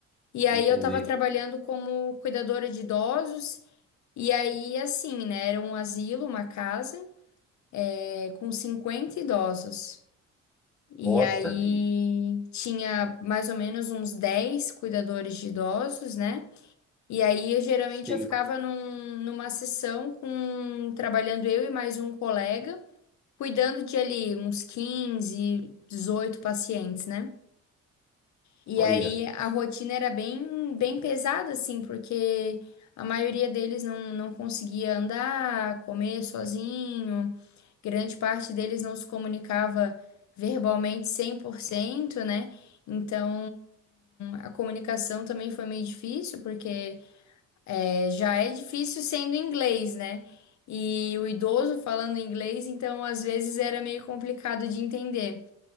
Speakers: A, on the left; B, in the centre.
A: E aí
B: entendi.
A: eu estava trabalhando como cuidadora de idosos. E aí, assim, né? Era um asilo, uma casa, é, com 50 idosos. E
B: Nossa,
A: aí
B: e
A: tinha mais ou menos uns 10 cuidadores de idosos, né? E aí, eu, geralmente,
B: cinco.
A: eu ficava num- numa sessão com trabalhando eu e mais um colega, cuidando de ali uns 15 18 pacientes, né? E
B: Olha,
A: aí a rotina era bem, bem pesada, assim, porque a maioria deles não, não conseguia andar, comer sozinho, grande parte deles não se comunicava verbalmente 100% né? Então a comunicação também foi meio difícil, porque é, já é difícil sendo inglês, né? E o idoso falando inglês, então às vezes era meio complicado de entender.